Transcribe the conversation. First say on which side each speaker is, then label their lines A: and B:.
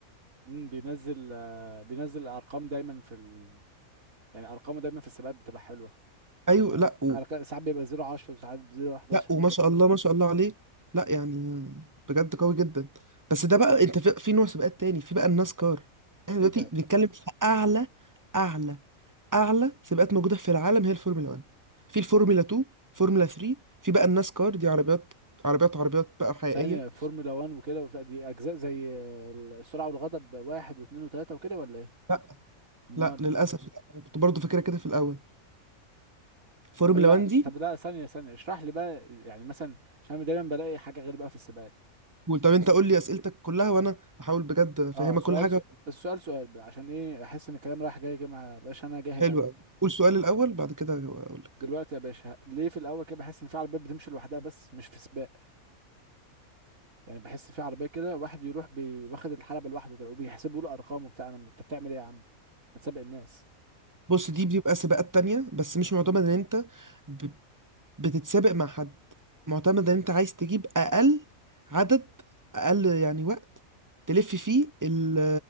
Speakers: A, on the right; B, on the right.
A: امم بينزل آه، بينزل ارقام دايما في ال... يعني ارقامه دايما في السباقات بتبقى حلوة يعني
B: أيوه
A: مثلا
B: لا
A: أرقام- ساعات بيبقى 0 10 وساعات 0 11
B: لا وما
A: وكده
B: شاء الله ما شاء الله عليه لا يعني بجد قوي جدا بس ده بقى انت في, في نوع سباقات تاني في بقى الناس كار احنا دلوقتي
A: ايه ده
B: بنتكلم في اعلى اعلى اعلى سباقات موجوده في العالم هي الفورمولا 1 في الفورمولا 2 فورمولا 3 في بقى الناس كار دي عربيات عربيات عربيات بقى حقيقيه
A: ثانية فورمولا 1 وكده وبتاع دي اجزاء زي ال- السرعة والغضب واحد واثنين وثلاثة وكده ولا ايه؟
B: لا
A: امال
B: لا للاسف لا. أنا كنت برضو فاكرها كده في الاول فورمولا
A: امال لا
B: 1 دي
A: طب لا ثانية ثانية اشرح لي بقى يعني مثلا عشان أنا دايما بلاقي حاجة غير بقى في السباقات
B: قول طب انت
A: الس...
B: قول لي اسئلتك كلها وانا هحاول بجد افهمك
A: اه سؤال
B: كل حاجه
A: سؤال السؤال سؤال بقى عشان ايه احس ان الكلام رايح جاي كده ما بقاش انا جاهل
B: حلوه
A: قوي
B: قوي قول سؤال الاول بعد كده اقول لك
A: دلوقتي يا باشا ليه في الاول كده بحس ان في عربيات بتمشي لوحدها بس مش في سباق يعني بحس في عربية كده واحد يروح بي- واخد الحلبة لوحده كده وبيحسبوا له ارقام وبتاع انا انت بتعمل ايه يا عم؟ ما تسابق الناس
B: بص دي بيبقى سباقات تانية بس مش معتمد ان انت ب- بتتسابق مع حد معتمد ان انت عايز تجيب اقل عدد اقل يعني وقت تلف فيه ال-